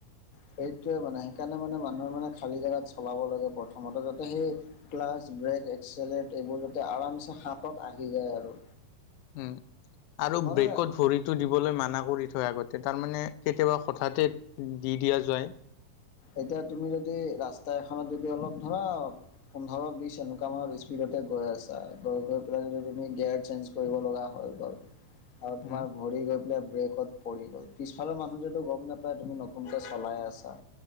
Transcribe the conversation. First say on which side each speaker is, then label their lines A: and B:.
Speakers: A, on the left; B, on the left.
A: সেইটোৱে মানে, সেইকাৰণে মানে মানুহে মানে খালী জেগাত চলাব লাগে, প্ৰথমতে যাতে সেই ক্লাছ ব্ৰেক, এক্সলেট এইবোৰ যাতে আৰামছে হাতত আহি যায় আৰু
B: উম, আৰু
A: মানে
B: ব্ৰেকত ভৰি টো দিবলৈ মানা কৰি থয়, আগতে তাৰমানে কেতিয়াবা হঠাতে দি দিয়া যায়
A: এতিয়া, তুমি যদি ৰাস্তা এখনত যদি অলপ ধৰা পোন্ধৰ বিশ এনেকুৱা মানৰ স্পীডতে গৈ আছে গৈ, গৈ, পেলাই যদি তুমি গেয়াৰ চেঞ্জ কৰিব লগা হৈ গ'ল,
B: উম
A: আৰু তোমাৰ ভৰি গৈ বলে ব্ৰেকত পৰি গ'ল, পিছফালৰ মানুহ যতো গম নাপায় তুমি নতুনকৈ চলাই আছা